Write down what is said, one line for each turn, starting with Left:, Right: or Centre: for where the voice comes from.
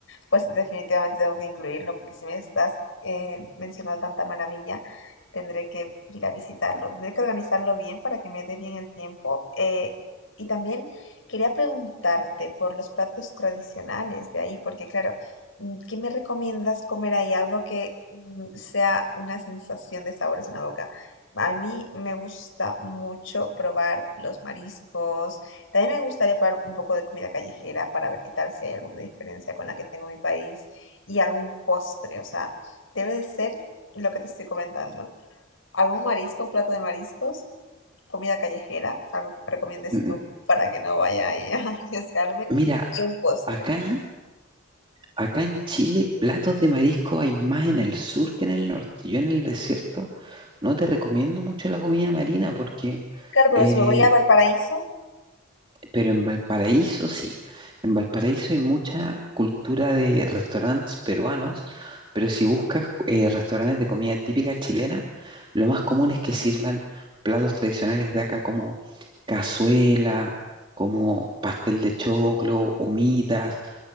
Left: Pues definitivamente tengo que incluirlo porque si me estás eh, mencionando tanta maravilla, tendré que ir a visitarlo. Tendré que organizarlo bien para que me dé bien el tiempo. eh, y también quería preguntarte por los platos tradicionales de ahí, porque claro, mm, ¿qué me recomiendas comer ahí? Algo que mm, sea una sensación de sabores en la boca. A mí me gusta mucho probar los mariscos también me gustaría probar un poco de comida callejera para ver qué tal si hay alguna diferencia con la que tengo en mi país y algún postre. O sea, debe de ser lo que te estoy comentando. Algún marisco, un plato de mariscos, comida callejera, algo que me recomiendes
Right: M-
Left: tú para que no vaya ahí a <laughs> arriesgarme
Right: Mira,
Left: y un postre.
Right: acá Acá en Chile, platos de marisco hay más en el sur que en el norte. Yo en el desierto no te recomiendo mucho la comida marina porque
Left: Claro, pero
Right: eh,
Left: si me voy a Valparaíso,
Right: pero en Valparaíso sí, en Valparaíso hay mucha cultura de restaurantes peruanos, pero si buscas eh, restaurantes de comida típica chilena, lo más común es que sirvan platos tradicionales de acá como cazuela, como pastel de choclo, humitas,